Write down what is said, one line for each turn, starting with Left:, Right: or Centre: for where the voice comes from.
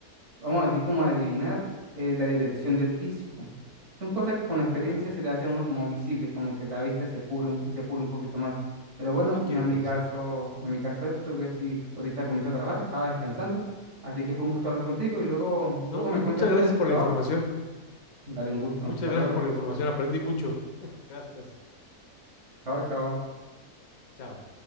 Right: vamos a decir como adivinar eh, la dirección del disco. Son cosas que con la experiencia
Left: claro,
Right: se le hace a uno como visible, como que la vista se pule un, se pule un poquito más. Pero bueno,
Left: sí quiero
Right: mi amigazo,
Left: pensar.
Right: mi amigazo Héctor, voy a decir, ahorita comenzó a trabajar, estaba descansando, así que fue un gusto hablar contigo y luego,
Left: No,
Right: luego
Left: pues
Right: me cuentas
Left: muchas
Right: tú
Left: gracias
Right: de su
Left: por
Right: trabajo.
Left: la información.
Right: Dale un gusto,
Left: Muchas
Right: hasta luego.
Left: gracias por la información. Aprendí mucho. <laughs> Gracias.
Right: Chao, chao.
Left: Chao.